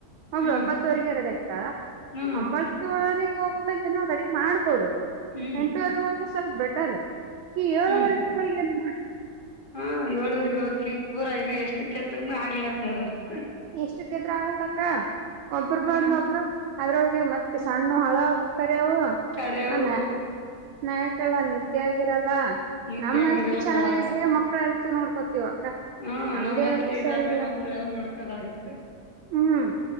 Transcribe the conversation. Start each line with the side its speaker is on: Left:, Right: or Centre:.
Right: ಒಬ್ಳ
Left: ಹ್ಮ್
Right: ಒಂಬತ್ತವರೆಗೆ ಎರಡು ಇರ್ತಾಳ
Left: ಹ್ಮ್
Right: ಹಂಬ ಎ ಒಗೆ ಹೋಗ ಏನೋ ರೆಡಿ ಮಾಡ್ಬಹುದು
Left: ಹ್ಮ್
Right: ಎಂಟವರೆಗ ಹ ಸ್ವಲ್ಪ ಬೆಟ್ಟ ಟ ಹ
Left: ಹ್ಮ್
Right: ಹಗಳಿಗೆ ಮಾಡ
Left: ಹಾ ಏಳವರಿಗ ಹೋಗಕಿ ಪೂರಾ ಇನ್ನು ಎಷ್ಟು ಕೆತ್ತರ್ನು ಆಗ್ಲಾರ್ದಾರಂತ
Right: ಇಷ್ಟಕ್ಕೆದ್ರ ಆಗಲ್ಲಕ್ಕ ಒಬ್ರು
Left: ಹ್ಮ್
Right: ಬಂದ್ೊಬ್ರು ಅದ್ರೊಳಗೆ ಮತ್ತೆ ಸಣ್ಣ ಹಳ ಸರಿವು
Left: ಕರೆವು
Right: ಅ ನ ನಾಯತಲ್ಲ ನಿದ್ದೆ ಆಗಿರಲ್ಲ
Left: ನಿದ್ದೆ
Right: ನಮ್ಮ್
Left: ಆಗಿರಲ್ಲ
Right: ಎಲ್ತ್ ಚೆನ್ನಾಗಿದ್ರೆ
Left: ಗೋಳಾಡ್ಸ್
Right: ಮಕ್ಳ ಎಲ್ತ್ ನೋಡ್ಕೋತಿವ ಅಕ್ಕ
Left: ಹ್ಮ
Right: ನಮ್ದೇ
Left: ನಮ್ಮ್ೆಲ್ತೆ
Right: ಹೆಲ್ತ್
Left: ಇದಾದ್ರೆ
Right: ಸರಿ ಇಲ್ಲ
Left: ಮಕ್ಳ ಯಾವಾಗ ನೋಡ್ಕೋದಾಗತ್ತೆ
Right: ಹ್ಮ್